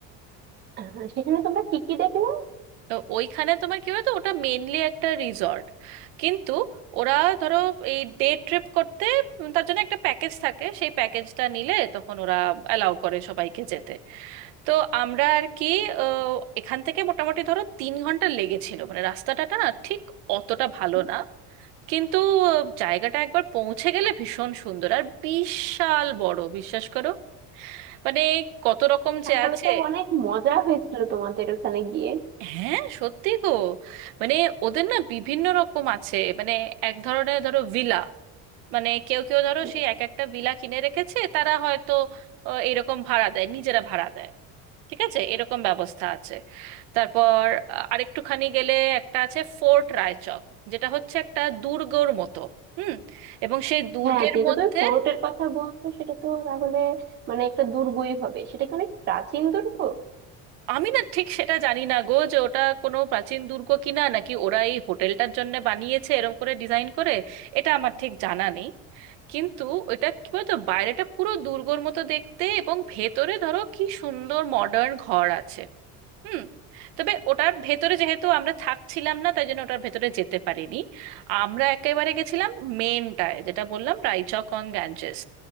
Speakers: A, on the right; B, on the right.
A: আহ, সেখানে তোমরা কি কি দেখলে
B: তো ওইখানে তোমার কি বলতো ওটা মেনলি একটা রিসর্ট কিন্তু ওরা ধরো এই ডে ট্রিপ করতে উম তার জন্য একটা প্যাকেজ থাকে সেই প্যাকেজটা নিলে তখন ওরা অ্যালাউ করে সবাইকে যেতে তো আমরা আর কি আহ, এখান থেকে মোটামুটি ধরো তিন ঘন্টা লেগেছিল মানে রাস্তাটা না ঠিক অতটা ভালো
A: হুম,
B: না কিন্তু আহ, জায়গাটা একবার পৌঁছে গেলে ভীষণ সুন্দর আর বিশাল বড় বিশ্বাস করো মানে কত রকম
A: তাহলে
B: যে আছে
A: তো অনেক মজা হয়েছিল তোমাদের ওখানে গিয়ে
B: হ্যাঁ সত্যি গো মানে ওদের না বিভিন্ন রকম আছে মানে এক ধরনের ধরো ভিলা মানে কেউ কেউ ধরো
A: হুম,
B: সেই এক একটা ভিলা কিনে রেখেছে তারা হয়তো আহ, এরকম ভাড়া দেয় নিজেরা ভাড়া দেয় ঠিক আছে এরকম ব্যবস্থা আছে তারপর আহ, আরেকটুখানি গেলে একটা আছে ফোর্ট রায়চক যেটা হচ্ছে একটা দুর্গর মতো হুম এবং সেই দুর্গের
A: হ্যাঁ যেহেতু
B: মধ্যে
A: তুমি ফোর্টের কথা বলছো সেটা তো তাহলে মানে একটা দুর্গই হবে সেটা কি অনেক প্রাচীন দুর্গ
B: আমি না ঠিক সেটা জানি না গো যে ওটা কোনো প্রাচীন দুর্গ কিনা নাকি ওরা এই হোটেলটার জন্য বানিয়েছে এরকম করে ডিজাইন করে এটা আমার ঠিক জানা নেই কিন্তু ওটা কি বলতো বাইরেটা পুরো দুর্গর মতো দেখতে এবং ভেতরে ধরো কি সুন্দর মডার্ন ঘর আছে হুম তবে ওটার ভেতরে যেহেতু আমরা থাকছিলাম না তাই জন্য ওটার ভেতরে যেতে পারিনি আমরা একেবারে গেছিলাম মেনটায় যেটা বললাম রাইচক অন গ্যাঞ্জেস